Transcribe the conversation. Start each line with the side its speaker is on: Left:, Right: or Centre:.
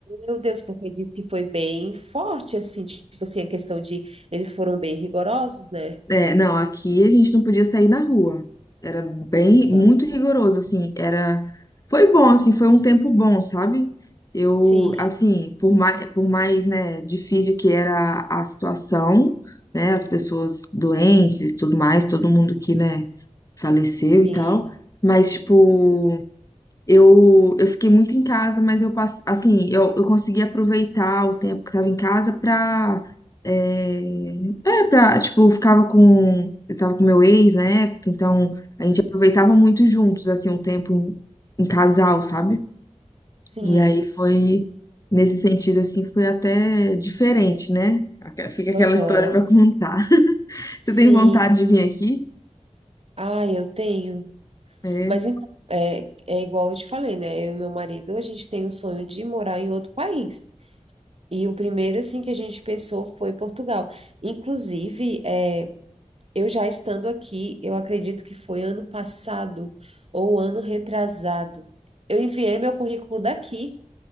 Right: Meu Deus, porque diz que foi bem forte, assim, tipo assim, a questão de eles foram bem rigorosos, né?
Left: É, não, aqui a gente não podia sair na rua. Era bem,
Right: Aham.
Left: muito rigoroso, assim, era, foi bom, assim, foi um tempo bom, sabe? Eu,
Right: Sim,
Left: assim, por mais, por mais, né, difícil que era a situação, né, as pessoas doentes e tudo mais, todo mundo que, né, faleceu
Right: sim,
Left: e tal, mas, tipo, eu, eu fiquei muito em casa, mas eu passei, assim, eu, eu consegui aproveitar o tempo que estava em casa pra, é, é, pra, tipo, eu ficava com, eu tava com meu ex na época, então a gente aproveitava muito juntos, assim, o tempo em, em casal, sabe?
Right: sim,
Left: E aí foi, nesse sentido, assim, foi até diferente, né? Aque- Fica aquela
Right: aham,
Left: história pra contar. <laughs>
Right: sim.
Left: Você tem vontade de vir aqui?
Right: Ah, eu tenho.
Left: É.
Right: Mas então, é, é igual eu te falei, né? Eu e meu marido, a gente tem o sonho de morar em outro país. E o primeiro, assim, que a gente pensou foi Portugal. Inclusive, é. Eu já estando aqui, eu acredito que foi ano passado ou ano retrasado. Eu enviei meu currículo daqui